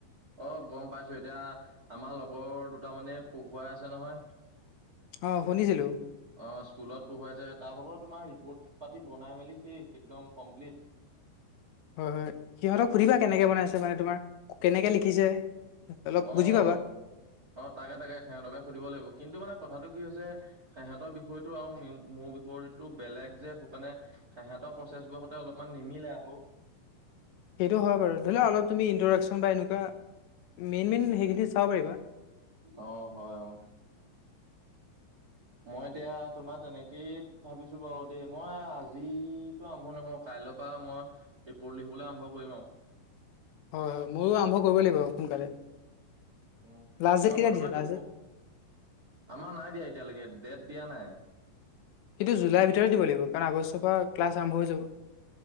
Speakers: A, on the right (about 50°); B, on the left (about 80°).
A: অ গম পাইছো এতিয়া আমাৰ লগৰ দুট মানে পঢ়োৱাই আছে নহয়।
B: অ শুনিছিলোঁ।
A: অ স্কুলত পঢ়াইছে তাৰ ভাগত তোমাৰ ৰিপৰ্ট পাতি বনাই মেলি শেইষ একদম কমপ্লিট।
B: হয় হয় সিহঁতক সুধিবা কেনেকে বনাইছে মানে তোমাৰ কেনেকে লিখিছে অলপ
A: অ
B: বুজি পাবা
A: অ অ তাকে তাকে সিহঁতকে সুধিব লাগিব কিন্তু মানে কথাটো কি হৈছে। সিহঁতৰ বিষয়টো আৰু মোৰ বিষয়টো বেলেগ যে সেইকাৰণে সিহঁতৰ প্ৰচেছবোৰ সতে অলপমান নিমিলে আকৌ
B: সেইটো হয় বাৰু ধৰি লও অলপ তুমি ইনট্ৰডাকশ্যন বা এনেকুৱা মেইন মেইন সেইখিনি চাব পাৰিবা।
A: অ হয় অ
B: <inaudible>
A: মই এতিয়া তোমাৰ তেনেকেই ভাবিছো বাৰু দেই মই আজিতো আৰম্ভ নকৰো কাইলৈৰ পৰা মই ৰিপৰ্ট লিখিবলৈ আৰম্ভ কৰিম আৰু
B: হয় হয় ময়ো আৰম্ভ কৰিব লাগিব সোনকালে
A: উ
B: লাষ্ট
A: মই
B: ডেট
A: আকৌ
B: কেতিয়া
A: তোমাক
B: দিছে
A: কি
B: লাষ্ট ডেট
A: আমাৰ নাই দিয়া এতিয়ালৈকে ডেট দিয়া নাই।
B: সেইটো জুলাইৰ ভিতৰতে দিব লাগিব কাৰণ আগষ্টৰ পৰা ক্লাছ আৰম্ভ হৈ যাব।